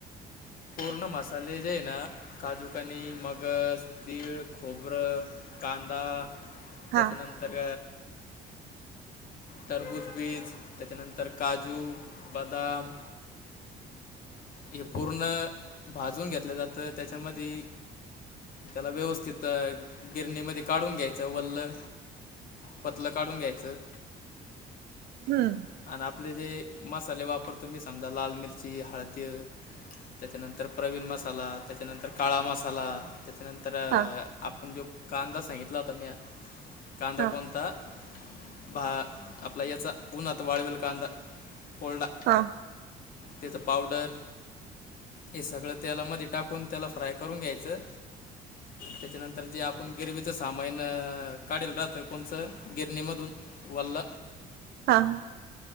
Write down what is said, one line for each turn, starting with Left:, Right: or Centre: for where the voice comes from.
Left: पूर्ण मसाले जे आहे ना काजूकनी मगज तीळ खोबरं- कांदा
Right: हा
Left: त्याच्यानंतर तरबूजबीज त्याच्यानंतर काजू बदाम- हे पूर्ण भाजून घेतलं जातं त्याच्यामध्ये त्याला व्यवस्थित गिरणीमध्ये काढून घ्यायचं वल्ल पतलं काढून घ्यायचं.
Right: हम्म.
Left: आणि आपले जे मसाले वापरतो म्ी समजा लाल मिरची हळदी त्याच्यानंतर प्रवीण मसाला त्याच्यानंतर काळा मसाला त्याच्यानंतर. तर
Right: हा
Left: आपण जो कांदा सांगितला होता मी कांदा
Right: हा
Left: कोणता? बा आपला याचा उन्हात वाळवेल कांदा फल्डा-
Right: हा.
Left: त्याचां पावडर हे सगळं तेलामध्ये टाकून त्याला फ्राय करून घ्यायचं. त्याच्यानंतर जे आपण गिरवीचं सामान काढल राहतं कोणचं गिरणीमधून. वल
Right: हा हा.